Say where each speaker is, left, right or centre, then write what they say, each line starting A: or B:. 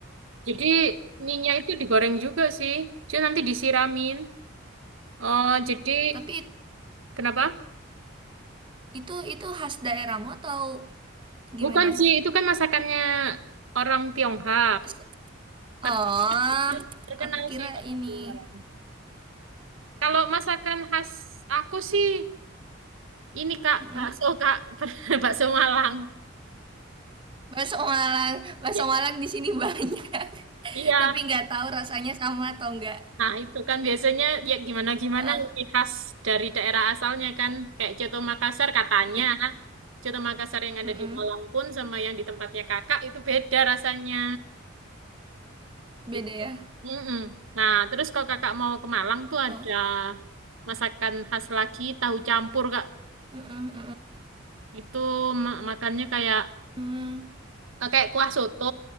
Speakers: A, on the right; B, on the right.
A: Jadi mie-nya itu digoreng juga sih. Cuma nanti disiramin. Oh, jadi
B: Tapi it-
A: kenapa?
B: itu itu khas daerahmu atau gimana?
A: Bukan sih, itu kan masakannya orang Tionghoa.
B: Se- Oh,
A: Tapi dia terkenal
B: aku kira
A: sih kalau
B: ini.
A: di Semarang. Kalau masakan khas aku sih ini Kak,
B: Mhm.
A: bakso Kak, <laughs> bakso Malang.
B: Bakso Malang, bakso
A: Ya.
B: Malang di sini banyak. <laughs>
A: Iya.
B: Tapi nggak tahu rasanya sama atau enggak.
A: Nah, itu kan biasanya ya gimana-gimana
B: Ah,
A: lebih khas dari daerah asalnya kan. Kayak Coto Makassar katanya.
B: iya.
A: Coto Makassar yang ada
B: Mm-mm.
A: di Malang pun sama yang di tempatnya Kakak itu beda rasanya.
B: Beda
A: gitu.
B: ya.
A: Mm-mm. Nah, terus kalau kakak mau ke Malang tuh
B: Oh.
A: ada masakan khas lagi, tahu campur, Kak.
B: Mm-mm, mm-mm.
A: Itu ma- makannya kayak
B: Mm,
A: eh, kayak kuah soto,